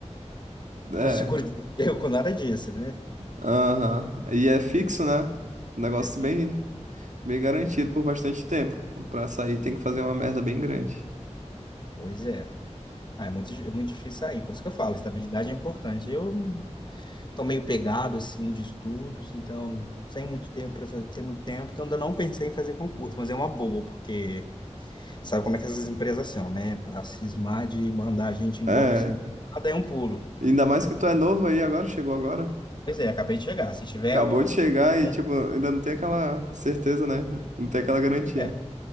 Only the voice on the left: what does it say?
com seguro de emprego, com nada disso, né?
É,
pois é. Ah, é muito, é muito difícil sair, por isso que eu falo, estabilidade é importante. Eu tô meio pegado, assim, de estudos, então, sem muito tempo para fazer, sem muito tempo, então ainda não pensei em fazer concurso, mas é uma boa, porque sabe como é que essas empresas são, né? Pra cismar de mandar a gente embora,
assim, cada é um pulo.
Pois é, acabei de chegar. Se tiver
um...
um-
Pois é.